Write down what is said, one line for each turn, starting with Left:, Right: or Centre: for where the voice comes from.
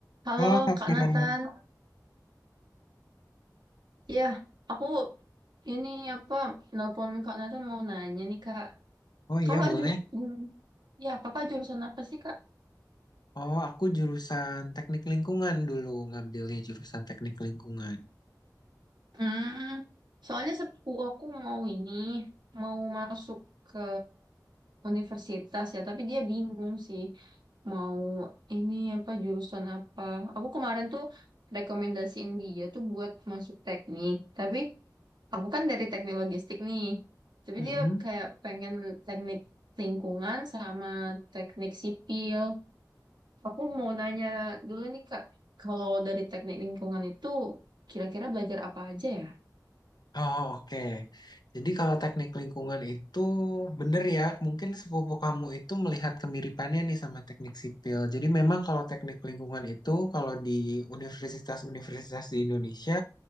Right: Halo
Left: Kalau Kak
Right: Kak
Left: Kira,
Right: Nathan, ya aku ini apa nelpon Kak Nathan mau nanya nih Kak,
Left: oh
Right: Kakak
Left: iya boleh.
Right: ju hmm, ya Kakak jurusan apa sih Kak?
Left: Oh aku jurusan teknik lingkungan dulu ngambilnya jurusan teknik lingkungan.
Right: Hmm, soalnya sepupu aku mau ini mau masuk ke universitas ya, tapi dia bingung sih mau ini apa jurusan apa. Aku kemarin tuh rekomendasiin dia tuh buat masuk teknik, tapi aku kan dari teknik logistik nih. Tapi
Left: Hmm.
Right: dia kayak pengen teknik lingkungan sama teknik sipil. Aku mau nanya dulu nih Kak, kalau dari teknik lingkungan itu kira-kira belajar apa aja ya?
Left: Oh oke. Jadi kalau teknik lingkungan itu bener ya, mungkin sepupu kamu itu melihat kemiripannya nih sama teknik sipil. Jadi memang kalau teknik lingkungan itu kalau di universitas-universitas di Indonesia